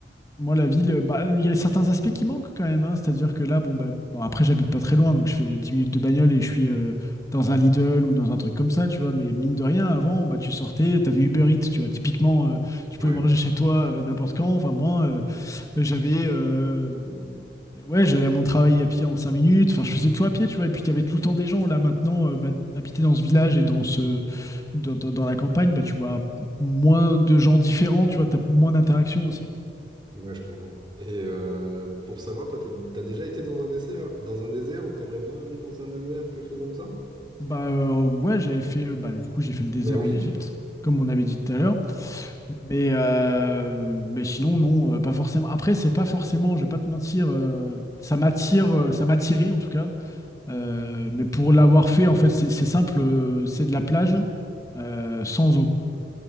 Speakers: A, on the left; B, on the right.
A: moi, la ville, euh, bah, il y a certains aspects qui manquent quand même. hein. C'est-à-dire que là, bon, bah, bon, après, j'habite pas très loin, donc je fais 10 minutes de bagnole et je suis euh, dans un Lidl ou dans un truc comme ça, tu vois. Mais mine de rien, avant, bah, tu sortais, t'avais Uber Eats, tu vois. Typiquement, euh, tu pouvais
B: ouais,
A: manger chez toi euh, n'importe quand. Enfin, moi, euh, j'avais. euh, Ouais, j'allais à mon travail à pied en 5 minutes. Enfin, je faisais tout à pied, tu vois. Et puis, il y avait tout le temps des gens. Là, maintenant, euh, bah, habiter dans ce village et dans ce, dans, dans- dans la campagne, bah, tu vois moins de gens différents, tu vois. T'as moins d'interactions aussi.
B: ouais, je comprends. Et euh, pour savoir, toi, t'es- t'as déjà été dans un désert, dans un désert ou t'aimerais bien aller dans un désert, quelque chose comme ça?
A: Bah, euh, ouais, j'avais fait. euh, Bah, du coup, j'ai fait le désert
B: Mais oui,
A: en Égypte,
B: du coup.
A: comme on avait dit tout à l'heure. Mais, euh, mais sinon, non, euh, pas forcément. Après, c'est pas forcément, je vais pas te mentir, euh, ça m'attire, euh, ça m'attirait en tout cas. Euh, mais pour l'avoir fait, en fait, c'est c'est simple, euh, c'est de la plage euh, sans eau.